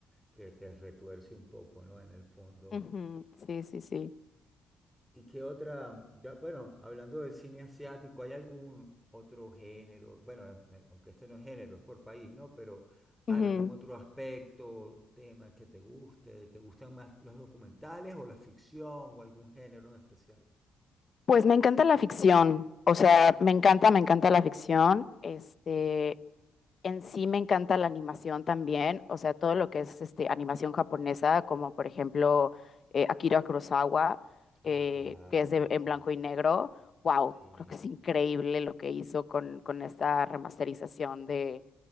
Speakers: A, in the centre; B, on the left.
A: que te retuerce un poco, ¿no? En el fondo.
B: Ujú, Sí, sí, sí.
A: ¿Y qué otra? Ya, bueno, hablando del cine asiático, ¿hay algún otro género? Bueno, eh, aunque este no es género, es por país, ¿no? Pero algún
B: Ujú.
A: otro aspecto, tema que te guste, ¿te gustan más los documentales o la ficción o algún género en especial?
B: Pues me encanta la ficción, o sea, me encanta, me encanta la ficción, este, en sí me encanta la animación también, o sea, todo lo que es este, animación japonesa, como por ejemplo eh, Akira Kurosawa,
A: Ah,
B: eh,
A: claro,
B: que es de-
A: por
B: en
A: favor.
B: blanco y negro, wow,
A: Sí.
B: creo que es increíble lo que hizo con, con esta remasterización de,